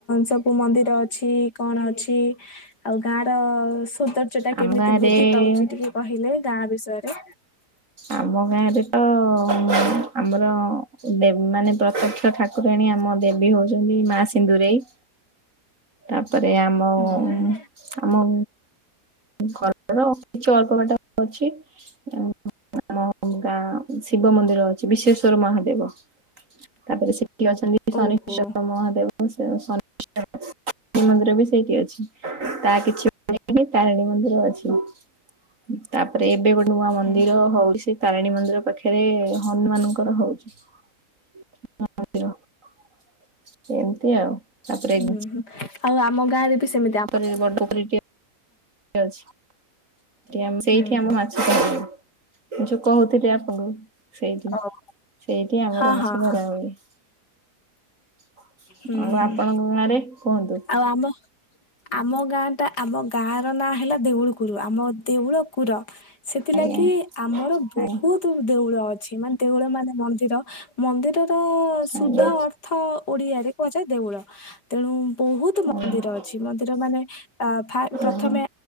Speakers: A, on the left (about 75°); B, on the right (about 50°).
A: ସବୁ ମନ୍ଦିର ଅଛି କଣ ଅଛି? ଆଉ ଗାଁ ର ସୌନ୍ଦର୍ଯ୍ୟ ଟା
B: ଆମ
A: କେମିତି
B: ଗାଁରେ
A: ବୃଦ୍ଧି ପାଉଛି ଟିକେ କହିଲେ ଗାଁ ବିଷୟରେ।
B: ଆମ ଗାଁରେ ତ- ଆମର ଦେ ମାନେ ପ୍ରତ୍ୟକ୍ଷ ଠାକୁର। କୁରାଣୀ ଆମ ଦେବୀ ହଉଛନ୍ତି ମା ସିନ୍ଦୁରେଇ।
A: <inaudible>
B: ତାପରେ ଆମ
A: ହୁଁ ହୁଁ
B: <inaudible>
A: ହୁଁ
B: ଆମ ଘରର -କିଛି ଅଳ୍ପ -ବାଟ ଅଛି। ଅଁ, ଆମ ଗାଁ ଶିବ ମନ୍ଦିର ଅଛି, ବିଶେଶ୍ଵର ମହାଦେବ। <inaudible> ତାପରେ ସେଟି ଅଛନ୍ତି, ଶନିଶ୍ଚର-
A: ଓହୋ
B: ମହାଦେବ। ସେ <unintelligible> ମନ୍ଦିର ବି ସେଇଠି ଅଛି, ତା କିଛି <unintelligible> ତାରିଣୀ ମନ୍ଦିର ଅଛି, <inaudible> ତାପରେ ଏବେ ଗୋଟେ ନୂଆ ମନ୍ଦିର
A: ହୁଁ।
B: ହଉଚି। ତାରିଣୀ ମନ୍ଦିର ପାଖରେ- ହନୁମାନଙ୍କର ହଉଚି। <unintelligible> <inaudible> ଏମିତି ଆଉ। ତାପରେ
A: ହୁଁ, ହୁଁ, ଆଉ ଆମ ଗାଁରେ ବି ସେମିତି ଆ-
B: <unintelligible> <inaudible> ଅଛି। ଏମ ସେଇଠି
A: ହୁଁ
B: ଆମ
A: ହୁଁ।
B: ମାଛ କୁ <inaudible> ଯୋଉ କହୁଥିଲି ଆପଣଙ୍କୁ। ସେଇଟି
A: ଓହୋ
B: <inaudible> ସେଇଟି ଆମର
A: ହଁ
B: ମାଛ
A: ହଁ
B: ଧରା
A: ହଁ
B: ହୁଏ <inaudible> <inaudible>
A: ହୁଁ
B: ଆଉ
A: ହୁଁ।
B: ଆପଣଙ୍କ ଗାଁରେ କୁହନ୍ତୁ।
A: ଆଉ ଆମ- ଆମ ଗାଁ ଟା, ଆମ ଗାଁ ର ନାଁ ହେଲା ଦେଉଳ କୁରୁ, ଆମ ଦେଉଳ କୁର। ସେଥିଲାଗି
B: ଆଜ୍ଞା
A: -ଆମର ବହୁତ।
B: ଆଜ୍ଞା
A: ଦେଉଳ ଅଛି, ମାନେ ଦେଉଳ ମାନେ ମନ୍ଦିର ମନ୍ଦିରର ଶୁଦ୍ଧ
B: ଆଜ୍ଞା
A: ଅ- ଥ ଓଡିଆରେ କୁହାଯାଏ ଦେଉଳ, ତେଣୁ ବହୁତ ମନ୍ଦିର
B: ଆଜ୍ଞା
A: ଅଛି ମନ୍ଦିର ମାନେ- ଆ, ଫା ପ୍ରଥମେ
B: ଆଜ୍ଞା।